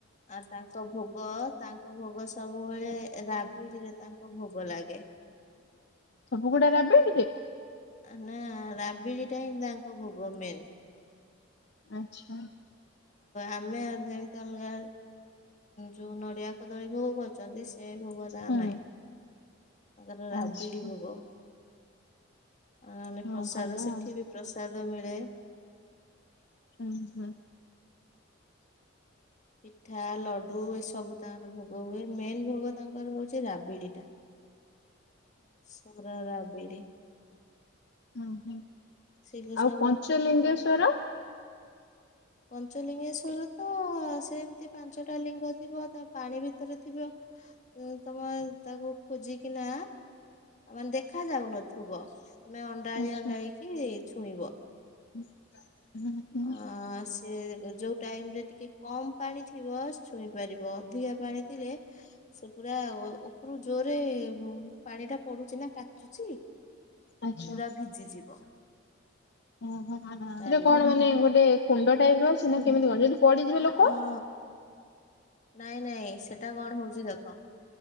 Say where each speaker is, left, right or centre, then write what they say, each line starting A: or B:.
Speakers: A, on the left (about 35°); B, on the left (about 55°).
A: ଆଉ ତାଙ୍କ ଭୋଗ ତାଙ୍କ ଭୋଗ ସବୁବେଳେ ରାବିଡିରେ ତାଙ୍କ ଭୋଗ ଲାଗେ।
B: କୁକୁଡା ରାବେ।
A: ନା ରାବିଡି ଟା ହିଁ ତାଙ୍କ ଭୋଗ। ଗୁମେନ୍।
B: ଆଚ୍ଛା।
A: ଆମେ ଯେମିତି ଅଲଗା ଯୋଉ ନଡ଼ିଆ କଦଳୀ ଭୋଗ କରୁଛନ୍ତି ସେ ସେ ଭୋଗ ତାଙ୍କର
B: ହୁଁ
A: ନାହିଁ। ତାଙ୍କର ରାବିଡି
B: ଆଚ୍ଛା
A: ଭୋଗ। ମାନେ
B: ହଁ
A: ପ୍ରସାଦ
B: ଭଲ
A: ସେଠି
B: ଆଉ
A: ବି ପ୍ରସାଦ। ଭୋଗ ମିଳେ।
B: ହୁଁ ହୁଁ। <inaudible>
A: ପିଠା ଲଡୁ ଏ ସବୁ ତାଙ୍କର ଭୋଗ ହୁଏ ମେନ୍ ଭୋଗ ତାଙ୍କର ହଉଛି ସେ ରାବିଡି ଟା ସର ରାବିଡି।
B: ହୁ ହଁ
A: ଶ୍ରୀକୃଷ୍ଣ
B: ଆଉ ପଞ୍ଚଲିଙ୍ଗେଶ୍ଵର।
A: ପଞ୍ଚଲିଙ୍ଗେସ୍ୱର ତ ଯେମିତି ପାଞ୍ଚଟା ଲିଙ୍ଗ ଥିବ ତା ପାଣି ଭିତରେ ଥିବ। ତମ ତାକୁ। ଖୋଜିକିନା ମାନେ ଦେଖା ଯାଉନଥିବ। ଥିବ। ତମେ ଅଣ୍ଡାଳି
B: ଆଚ୍ଛା
A: ଅଣ୍ଡାଳି କି। ଛୁଇଁବ।
B: ହୁଁ। ହୁଁ।
A: ଅ ସେ ଯୋଉ ଟାଇମ ରେ ଟିକେ। କମ ପାଣି ଥିବ ଛୁଇଁ ପାରିବ ଅଧିକା ପାଣି ଥିଲେ ସେ ପୁରା। ଉପରୁ ଜୋରେ ପାଣି ଟା ପଡୁଛି ନା କାଚୁଛି
B: ଆଚ୍ଛା
A: ପୁରା ଭିଜିଯିବ।
B: ଓହୋ
A: ପାରିବନି
B: ସେଟା କଣ ମାନେ ଗୋଟେ। କୁଣ୍ଡ ଟାଇପ ର ସିନା କେମିତି କଲେ ଯଦି ପଡିଯିବେ ଲୋକ।
A: ହଁ ନାଇଁ ନାଇଁ ସେଟା କଣ ହଉଛି ଦେଖ